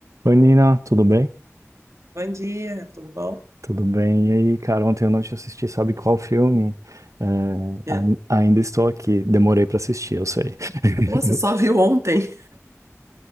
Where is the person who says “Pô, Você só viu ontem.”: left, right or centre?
Right